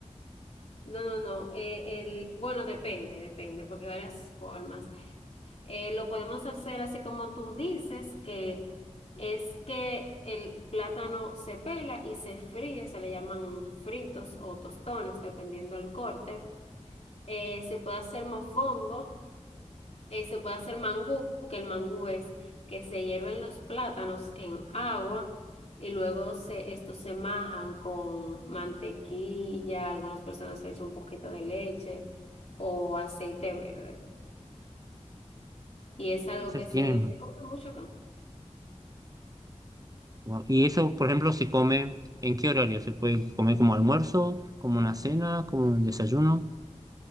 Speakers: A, on the left; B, on the right.
A: No, no, no. eh, el, bueno, depende, depende, porque hay varias formas. Eh, lo podemos hacer así como tú dices, que es que el plátano se pela y se fríe, se le llaman fritos o tostones, dependiendo del corte. Eh, se puede hacer mofongo, eh, se puede hacer mangú, que el mangú es que se hierven los plátanos en agua y luego se, estos se majan con mantequilla, algunas personas le echan un poquito de leche o aceite verde. Y es algo
B: No sé
A: que
B: si
A: se,
B: tienen
A: se come mucho acá.
B: Guau. Y eso, por ejemplo, se come, ¿en qué horario? ¿Se puede comer como almuerzo, como una cena, como un desayuno?